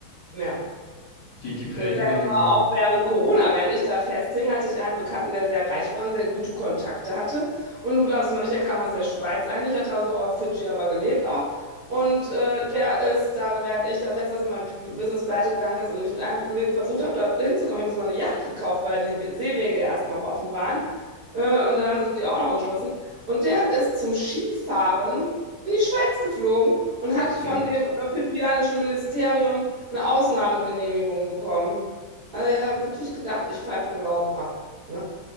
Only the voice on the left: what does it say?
Die, die predigen,
ist
verrückt.